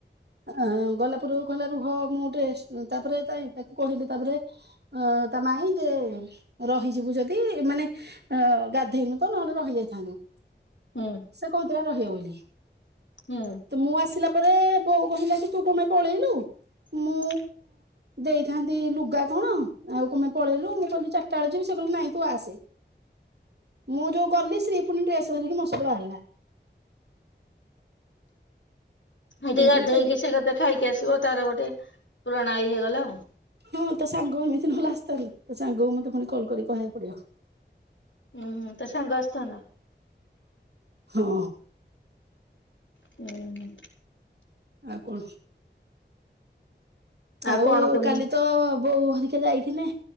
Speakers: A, on the right; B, on the left.
A: ଆ ଗଲା ପରୁ କହିଲା ରୁହ ମୁଁ ଟିକେ ତାପରେ ତାର ତାକୁ କହିଲି ତାପରେ ଅ ତା ମାଇ ଯେ ରହିଯିବୁ ଯଦି ଦି ମାନେ ଅ ଗାଧେଇନୁ ତ ନହେଲେ ରହି ଯାଇଥାନ୍ତୁ।
B: ହୁଁ
A: ସେ କହୁଥିଲା ରହିଵ ବୋଲି।
B: ହୁଁ
A: ତ ମୁଁ ଆସିଲା ପରେ ବୋଉ କହିଲା କି ତୁ କଣ ପାଇଁ ପଳେଇଲୁ?
B: <unintelligible>
A: ମୁଁ ଦେଇଥାନ୍ତି ଲୁଗା କଣ ଆଉ କଣ ପାଇଁ ପଳେଇଲୁ ମୁଁ କହିଲି ଚାରିଟା ବେଳ ଯିବି ସେ କହିଲା ନାଇଁ ତୁ ଆସେ। ମୁଁ ଯୋଉ ଗଲି ସିଏ ପୁଣି ଡ୍ରେସ ଧରିକି ମୋ ସହିତ ବାହାରିଲା।
B: ହେଇଠି
A: ଏମିତି
B: ଗାଧେଇକି
A: ବି ଛାଡି ଦେଇକି
B: ସେ ଗୋଟେ ଖାଇକି ଆସିବ ତାର ଗୋଟେ ପୁରଣା ହେଇଗଲା ଆଉ
A: ହଁ ତା ସାଙ୍ଗ ଏମିତି ନହେଲେ ଆସିଥାନ୍ତା ତା ସାଙ୍ଗକୁ ମତେ ପୁଣି କଲ କରିିକି କହିବାକୁ ପଡିବ।
B: ହୁଁ ହୁଁ ତା ସାଙ୍ଗ ଆସିଥାନ୍ତା।
A: ହଁ
B: ହୁଁ।
A: ଆଉ କଣ? ଆଉ
B: କଣ କେମି
A: କାଲି ତ ବୋଉ ହେରିକା ଯାଇଥିଲେ